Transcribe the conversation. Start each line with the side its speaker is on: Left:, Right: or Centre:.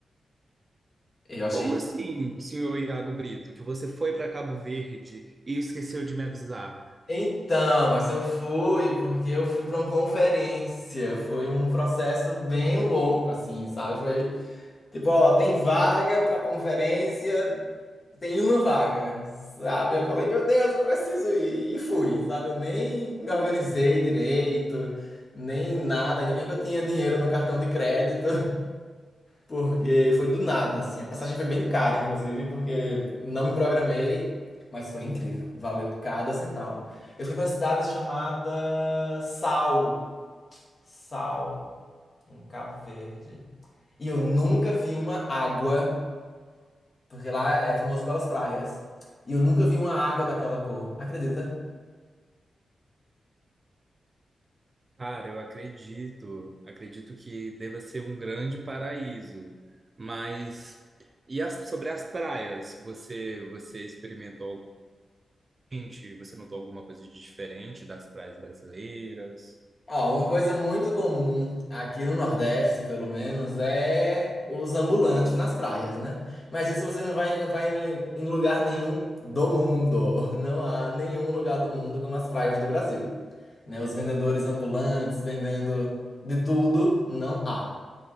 Left: Eu achei
Right: Como assim, senhor Iago Brito, que você foi para Cabo Verde e esqueceu de me avisar?
Left: Então, mas eu fui porque eu fui para uma conferência. Foi um processo bem louco, assim, sabe? Foi tipo, ó, tem vaga para conferência, tem uma vaga, sabe? Eu falei, meu Deus, eu preciso ir. E fui, sabe? Eu nem me organizei direito, nem nada. Ainda bem que eu tinha dinheiro no cartão de crédito. Porque foi do nada, assim. A passagem foi bem cara, inclusive, porque não me programei, mas foi incrível. Valeu cada centavo. Eu fui pra uma cidade chamada Sal. Sal, em Cabo Verde. E eu nunca vi uma água, porque lá é famoso pelas praias. E eu nunca vi uma água daquela cor. Acredita?
Right: Cara, eu acredito, acredito que deva ser um grande paraíso. Mas e as- sobre as praias, você você experimentou gente, você notou alguma coisa de diferente das praias brasileiras?
Left: Ó, uma coisa muito comum aqui no Nordeste, pelo menos, é os ambulantes nas praias, né? Mas isso você não vai encontrar em, em lugar nenhum do mundo. <laughs> Não há nenhum lugar do mundo como as praias do Brasil. Né? Os vendedores ambulantes vendendo de tudo, não há.